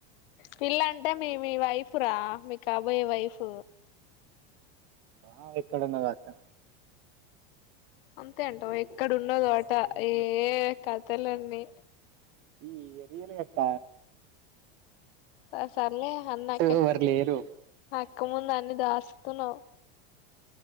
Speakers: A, on the left (about 65°); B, on the right (about 40°).
A: పిల్ళంటే మీ మీ వైఫ్ రా మీ కాబోయే వైఫ్
B: అ ఎక్కడున్నది అక్కా
A: అంతేంటవా ఎక్కడ ఉన్నదోట ఏ కథలన్నీ
B: ఈ రియల్గక్క
A: సర్ సర్లే అన్న అక్క
B: ఎవరు లేరు
A: అక్క ముందు అన్ని దాస్తున్నావ్